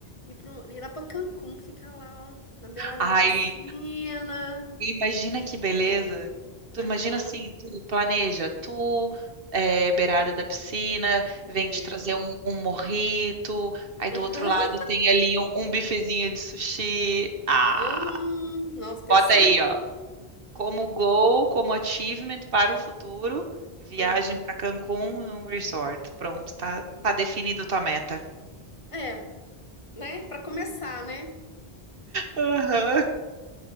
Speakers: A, on the left; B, on the right.
A: ir, pro, ir lá pra Cancún, ficar lá, ó, na beirada
B: Ai,
A: da piscina.
B: imagina que beleza.
A: Ah,
B: Tu
A: Aham,
B: imagina assim, tu planeja, tu é, beirada da piscina,
A: é.
B: vem te trazer um, um morrito, aí
A: Aham,
B: do outro lado tem ali um, um bifezinho de sushi. Ah.
A: hum, nossa, pensou,
B: Bota aí,
A: hein?
B: ó. Como goal, como achievement para o futuro, viagem
A: Aham,
B: para Cancún num resort. Pronto, tá,
A: Isso.
B: tá definido a tua meta.
A: É, né? Pra começar, né?
B: Aham.